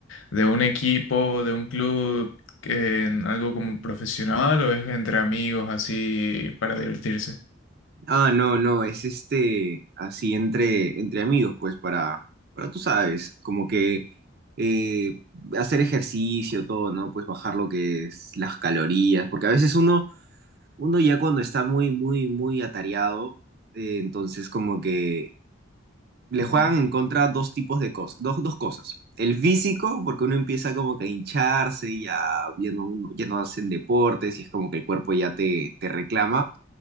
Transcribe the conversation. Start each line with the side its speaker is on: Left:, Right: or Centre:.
Left: de un equipo, de un club, que- en algo como profesional o es entre amigos así para divertirse?
Right: Ah, no, no, es este, así entre, entre amigos, pues para, para tú sabes, como que eh, hacer ejercicio, todo, ¿no? Pues bajar lo que es las calorías, porque a veces uno, uno ya cuando está muy, muy, muy atareado, eh, entonces como que le
Left: Ujú,
Right: juegan en contra dos tipos de cosas, dos, dos cosas. El físico, porque uno empieza como que a hincharse y ya, ya no, uno- ya no hacen deportes y es como que el cuerpo ya te, te reclama.